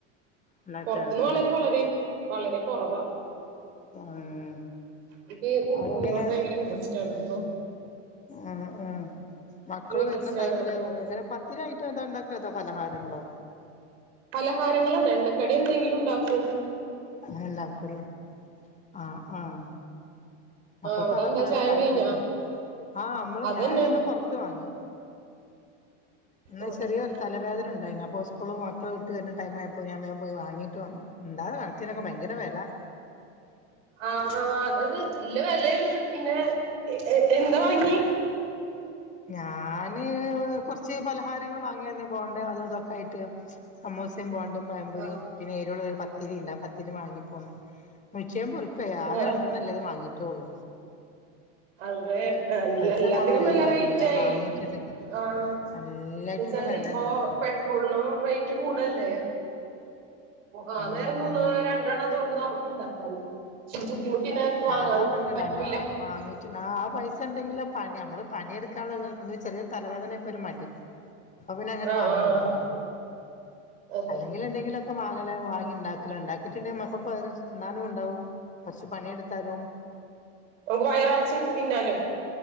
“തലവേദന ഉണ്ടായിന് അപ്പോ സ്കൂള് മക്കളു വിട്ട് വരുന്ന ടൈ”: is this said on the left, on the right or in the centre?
Left